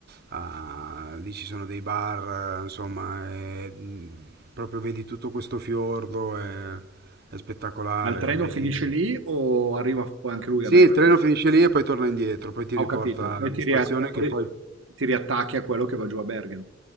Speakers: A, on the right; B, on the right.
A: a- lì ci sono dei bar, eh, insomma, e, mh, proprio vedi tutto questo fiordo, è, è spettacolare,
B: Ma il treno
A: vedi...
B: finisce lì o arriva poi anche lui
A: Sì,
B: a Bergen?
A: il treno finisce lì e poi torna indietro, poi ti
B: Ah,
A: riporta
B: Ho capito. Poi
A: alla
B: ti,
A: stazione
B: ria- e poi
A: che poi...
B: ti riattacchi a quello che va giù a Bergen.